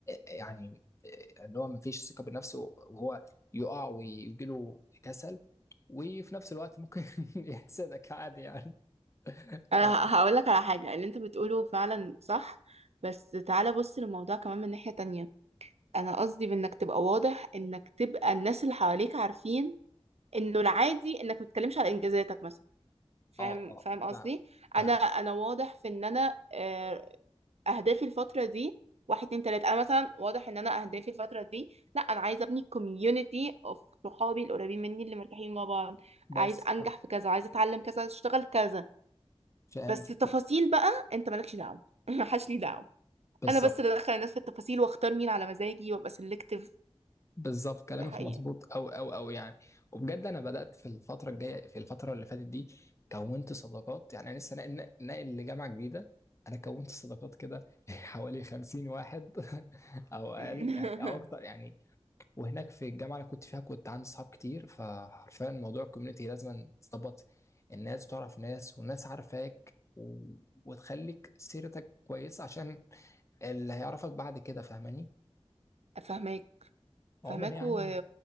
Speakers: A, on the left; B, on the right.
A: يعني آه، اللي هو مفيش ثقة بنفسه وهو يقع ويجيله كسل وفي نفس الوقت ممكن <laughs> يحسدك عادي يعني ف
B: انا هقول لك على حاجة اللي انت بتقوله فعلا صح بس تعالى بص للموضوع كمان من ناحية تانية انا قصدي بانك تبقى واضح انك تبقى الناس اللي حواليك عارفين انه العادي انك ما تتكلمش على انجازاتك مثلا فاهم
A: اه اه
B: فاهم قصدي
A: فاهم فاهم
B: انا انا واضح في ان انا آه، اهدافي الفتره دي واحد اتنين تلاته انا مثلا واضح ان انا اهدافي الفتره دي لا انا عايزه ابني كوميونتي اوف صحابي القريبين مني اللي مرتاحين مع بعض
A: بس
B: عايز انجح
A: صح
B: في كذا عايزه اتعلم كذا عايزه اشتغل كذا
A: فهمت
B: بس تفاصيل بقى انت مالكش دعوه <laughs> محدش ليه دعوه
A: بالظبط
B: انا بس اللي ادخل الناس في التفاصيل واختار مين على مزاجي وابقى سيلكتيف
A: بالظبط كلامك
B: ده حقيقي
A: مظبوط او او او يعني وبجد انا بدات في الفتره الجايه في الفتره اللي فاتت دي كونت صداقات يعني انا لسه ناقل ناقل لجامعه جديده انا كونت صداقات كده <laughs> حوالي 50 واحد <laughs> او اقل
B: <laughs>
A: يعني او اكتر يعني وهناك في الجامعه اللي كنت فيها كنت عندي صحاب كتير فحرفيا موضوع الكوميونتي لازم تظبط الناس تعرف ناس والناس عارفاك و... وتخليك سيرتك كويسه عشان اللي هيعرفك بعد كده فاهماني
B: فهماك فهماك
A: عموما يعني
B: و...